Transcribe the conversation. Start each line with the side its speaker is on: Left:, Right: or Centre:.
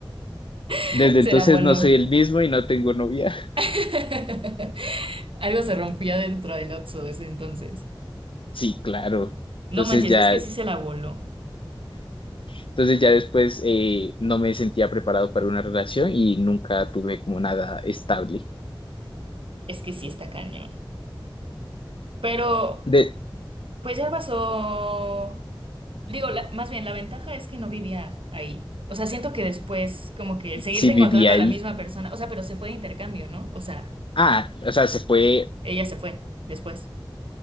Right: <laughs>
Left: Desde
Right: Se
Left: entonces
Right: la voló.
Left: no soy el mismo y no tengo novia. <laughs>
Right: <laughs> Algo se rompió dentro del Otso desde entonces.
Left: Sí, claro.
Right: No
Left: Entonces
Right: manches,
Left: ya,
Right: es que
Left: <laughs>
Right: sí se la voló.
Left: entonces ya después eh, no me sentía preparado para una relación y nunca tuve como nada estable.
Right: Es que sí está cañón. Pero,
Left: De,
Right: pues ya pasó. Digo, la- más bien, la ventaja es que no vivía ahí. O sea, siento que después, como que el seguirte
Left: sí viví
Right: encontrando
Left: ahí.
Right: a la misma persona. O sea, pero se fue de intercambio, ¿no? O sea,
Left: Ah, o sea, se fue
Right: ella se fue después.